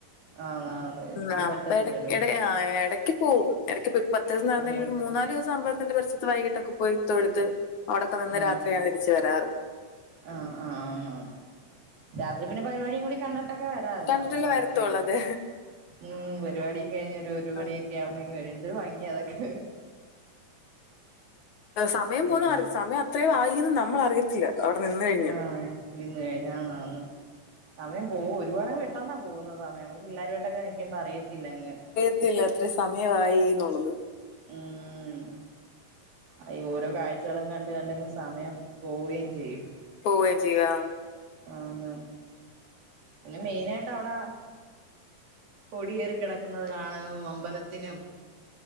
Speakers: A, on the right; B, on the left.
A: ആന്ന് ആന്ന് എപ്പഴും
B: ന്ന
A: പറ്റത്തില്ലല്ലോ
B: പ്പ എടക്ക് എട എടക്ക് പോവും നിനക്ക്‌ ഇപ്പോ പത്ത് ദിവസം നടന്നതിൽ
A: ആഹ്
B: ഒരു മൂന്നാല് ദിവസം അമ്പലത്തിന്റെ പരിസരത്ത് വൈകിട്ടൊക്കെ പോയി തൊഴുത് അവിടൊക്കെ നിന്ന്
A: ആഹ്
B: രാത്രിയാണ് തിരിച്ചു വരാറ്
A: ആഹ് ആഹ് ആന്നാന്ന് രാത്രി പിന്നെ പരിപാടിയും കൂടി കണ്ട ട്ടൊക്കെ വരാവല്ലോ
B: കണ്ടിട്ടല്ലേ
A: നമുക്ക് അവിടെ
B: വരത്തുള്ളൂ
A: ചെന്ന്
B: അത്
A: ഉം പരിപാടിയും കഴിഞ് ഒരു ഒരു മണിയ
B: ആ,
A: യക്കെ ആകുമ്പോ ഇങ്ങുവരാം എന്തൊരു ഭംഗിയ അതൊക്കെ
B: സമയം
A: ആഹ്
B: പോന്ന അറി സമയം അത്ര ആയിന്ന് നമ്മൾ അറിയത്തില്ല അവിടെ നിന്ന് കഴിഞ്ഞ്
A: ആഹ് ഇന്ന് കഴിഞ് ആന്നാന്ന് സമയം പോ ഒരുപാടങ് പെട്ടെന്നാ പോകുന്നതാ സ നമുക്ക്‌ പിള്ളേരുമായിട്ടക്ക നിക്കുമ്പ അറിയത്തില്ല അങ്
B: ത്തില്ല അത്ര സമയമായി എന്നുള്ളത്
A: ആഹ് അയ് ഓരോ കാഴ്ചകളും കണ്ട്കണ്ടങ് സമയം പോവുകയും ചെയ്യും
B: പോവേം ചെയ്യും ആഹ്
A: ആന്ന് പിന്നെ മെയിനായിട്ട് വിട കൊടിയേറി കിടക്കുന്നത് കാണും അമ്പലത്തിനും